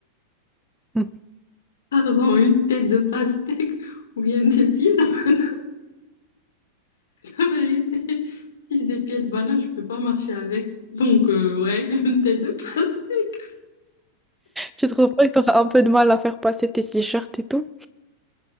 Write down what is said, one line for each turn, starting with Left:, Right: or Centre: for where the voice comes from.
Centre: <laughs>
Left: Pardon, une tête de pastèque <laughs> ou bien des pieds de... <laughs> La vérité, si j'ai des pieds de banane, je peux pas marcher avec. Donc euh, ouais, <laughs> une tête de pastèque.
Centre: Tu trouves pas que t'auras un peu de mal à faire passer tes t-shirts et tout?